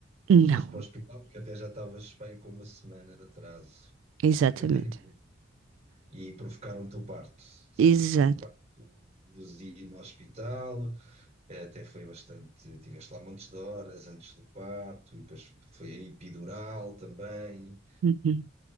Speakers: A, on the right; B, on the right.
A: Não,
B: Foste para o hospital porque até já estavas bem com uma semana de atraso
A: exatamente.
B: da Catarina e provocaram-te o parto. Ou seja,
A: Exato.
B: foi um parto induzido no hospital, eh, até foi bastante. Tiveste lá montes de horas antes do parto e depois foi a epidural também.
A: Uhum.